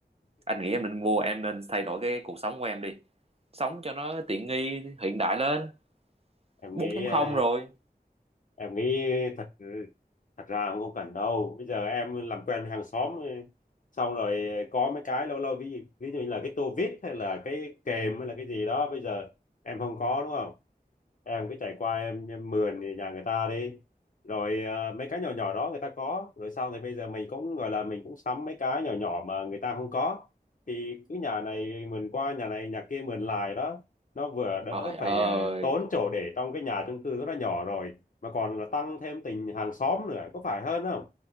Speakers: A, on the right; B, on the left.
A: anh nghĩ em nên mua em nên thay đổi cái cuộc sống của em đi sống cho nó tiện nghi hiện đại lên
B: em
A: 4.0
B: nghĩ ờ,
A: rồi
B: em nghĩ thật thật ra cũng không cần đâu bây giờ em làm quen với hàng xóm xong rồi có mấy cái lâu lâu ví dụ, ví dụ như là cái tô vít hay là cái kềm hay là cái gì đó bây giờ em không có đúng không em cứ chạy qua em, em mườn nhà người ta đi rồi ờ, mấy cái nhỏ nhỏ đó người ta có rồi sau thì bây giờ mình cũng gọi là mình cũng sắm mấy cái nhỏ nhỏ mà người ta không có thì cứ nhà này mườn qua nhà này nhà kia mườn lại đó nó vừa đỡ
A: trời ơi
B: phải ờ, tốn chỗ để trong cái nhà chung cư rất là nhỏ rồi mà còn là tăng thêm tình hàng xóm nữa có phải hơn không